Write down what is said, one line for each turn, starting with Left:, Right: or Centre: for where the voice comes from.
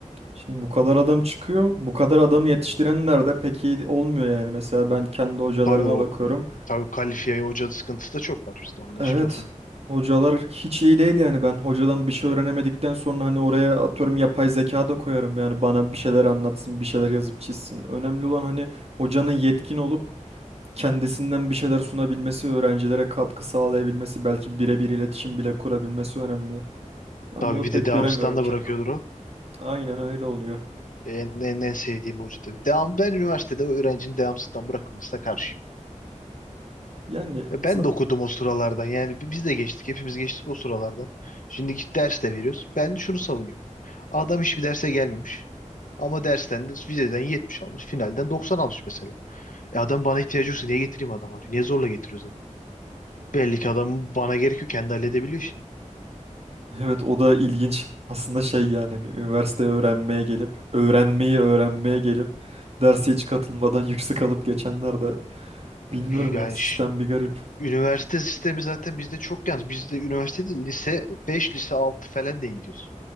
Right: Şimdi bu kadar adam çıkıyor. Bu kadar adamı yetiştirenler de pek iyi olmuyor yani. Mesela ben kendi hocalarıma
Left: Tabii o
Right: bakıyorum.
Left: tabii kalifiye hoca sıkıntısı da çok var. İşte onda
Right: Evet.
Left: hiçbir lafım yok.
Right: Hocalar hiç iyi değil yani ben hocadan bir şey öğrenemedikten sonra hani oraya atıyorum yapay zeka da koyarım yani bana bir şeyler anlatsın bir şeyler yazıp çizsin. Önemli olan hani hocanın yetkin olup kendisinden bir şeyler sunabilmesi, öğrencilere katkı sağlayabilmesi, belki birebir iletişim bile kurabilmesi önemli. Ben
Left: Tabii
Right: bunu
Left: bir
Right: pek
Left: de devamsızdan
Right: göremiyorum
Left: da
Right: kendi
Left: bırakıyordur
Right: okulda.
Left: o.
Right: Aynen öyle oluyor.
Left: En, en, en sevdiğim hoca tabii. Devam, ben üniversitede o öğrencinin devamsızdan bırakılmasına karşı.
Right: Yani
Left: Ya
Right: za-
Left: ben de okudum o sıralardan. Yani bi- biz de geçtik. Hepimiz geçtik o sıralardan. Şimdi git ders de veriyoruz. Ben şunu savunuyorum. Adam hiçbir derse gelmemiş. Ama dersten de vizeden 70 almış. Finalden 90 almış mesela. E adam bana ihtiyacı yoksa niye getireyim adam oraya? Niye zorla getiriyoruz adamı? Belli ki adam bana gerekiyor, Kendi halledebiliyor şimdi.
Right: Evet o da ilginç. Aslında şey yani hani üniversite öğrenmeye gelip, öğrenmeyi öğrenmeye gelip derse hiç katılmadan <laughs> yüksek alıp geçenler de bilmiyorum
Left: Yani
Right: yani sistem
Left: ş-
Right: bir garip.
Left: üniversite sistemi zaten bizde çok yanlış. Bizde üniversite değil lise 5, lise 6 falan diye gidiyoruz.